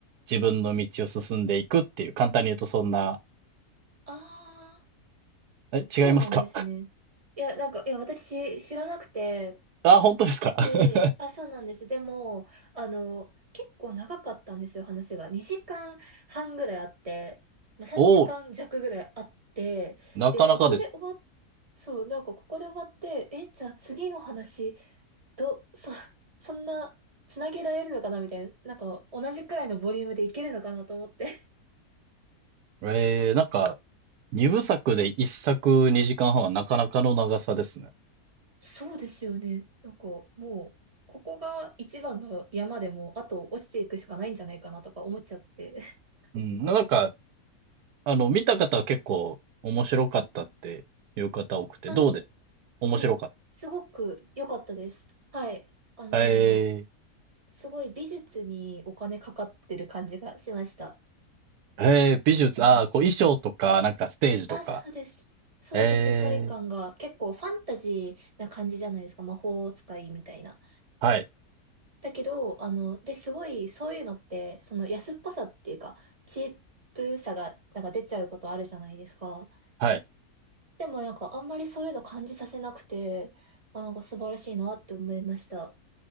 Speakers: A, on the right (about 80°); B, on the right (about 25°).
A: 自分の道を進んでいくっていう、簡単に言うとそんな、
B: ああ、
A: え、
B: そうなんですね。
A: 違いますか
B: いや、なんか、いや、私知らなくて、
A: <laughs> あ、本当ですか <laughs>
B: ええ、あ、そうなんです。でも、あの、結構長かったんですよ、話が。2時間半ぐらいあって、まあ、3時間弱ぐらいあって、
A: おお、なかなかです
B: で、ここで終わっ、そう、なんかここで終わって、え、じゃあ次の話、ど、<laughs> そ、そんな、つなげられるのかなみたいな、なんか同じくらいのボリュームでいけるのかなと思って。
A: ね。えー、なんか、二部作で一作二時間半はんはなかなかの長さですね。
B: <laughs> そうですよね。なんかもう、ここが一番の山でも、あと落ちていくしかないんじゃないかなとか思っちゃって。<laughs>
A: うん。なんか、あの、見た方は結構面白かったっていう方多くて、
B: あ、
A: どうでした面白かっ
B: でも、はい。すごく良かったです。はい。あの、
A: た。え
B: すごい美術にお金かかってる感じがしました。
A: ー、えー、美術、
B: あの、
A: ああ、こう衣装とか、
B: はい。
A: なんかステージとか。
B: あ、そうです。そうそう、
A: えー、
B: 世界観が結構ファンタジーな感じじゃないですか。魔法使いみたいな。
A: はい、
B: だけど、あの、で、すごい、そういうのって、その安っぽさっていうか、チープさが、なんか出ちゃうことあるじゃないですか。
A: はい。
B: でもなんか、あんまりそういうの感じさせなくて、あ、なんか素晴らしいなって思いました。